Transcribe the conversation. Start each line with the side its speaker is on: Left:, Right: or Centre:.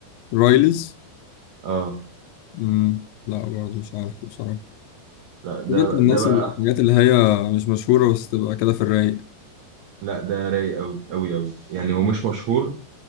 Left: رايلز
Right: اه
Left: مم. لا برضه مش عارف بصراحة
Right: لا ده
Left: طب انت الناس
Right: ده بقى
Left: الحاجات اللي هي مش مشهورة بس تبقى كده في الرايق
Right: لا ده رايق قوي قوي قوي يعني هو
Left: مم.
Right: مش مشهور